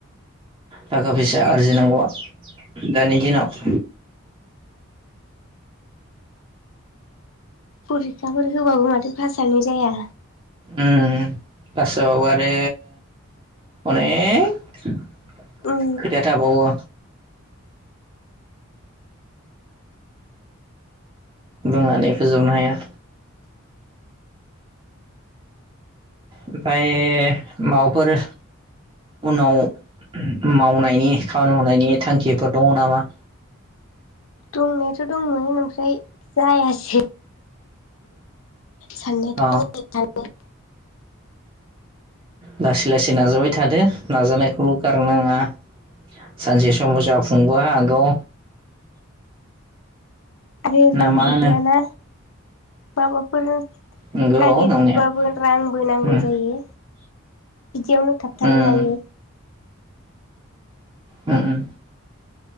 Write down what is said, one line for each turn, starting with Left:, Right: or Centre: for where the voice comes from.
Right: थाखा फैसा आरजिनांगौआ दानि दिनाव
Left: फरिखाफोर होबाबो माथो पास जानो जाया।
Right: ओम पास जाबाबो‌ आरो अनेक
Left: उम
Right: खोथा थाबावयो बुंनानै फोजोबनो हाया। ओमफ्राय माबाफोर उनाव मावनायनि खामानि मावनायनि थांखिफोर दङ नामा?
Left: दंनायाथ' दंमोन ओमफ्राय जायासै। साननायाथ'
Right: अ
Left: मोजां सानो
Right: लासै लासै नाजाबाय थादो नाजानायखौल' गारनाङा सानसे समाव जाफुंबो हागौ।
Left: आरो
Right: ना
Left: रांबो
Right: मा होनो
Left: गैयाना माबाफोर
Right: नंगौ
Left: नागिरबाबो
Right: नंनाया
Left: रांबो नांगौ
Right: उम
Left: जायो। बिदियावनो थाबथालाय
Right: उम
Left: लाङो।
Right: उम उम